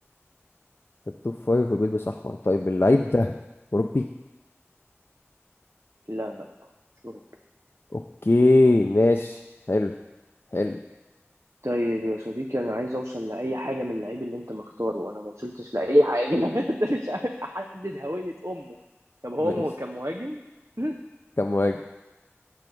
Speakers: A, on the left (about 50°); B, on the right (about 75°).
A: في التوب فايف وبيلبس أحمر طيب اللعيب ده أوروبي
B: لا لا مش اوروبي
A: أوكي ماشي حلو حلو
B: طيب يا صديقي انا عايز اوصل لاي حاجه من اللعيب اللي انت مختاره وانا ما وصلتش لاي حاجه <laughs> انت مش عارف احدد هويه امه طب هو
A: ماشي
B: مه- كان مهاجم <laughs>
A: كم مهاجم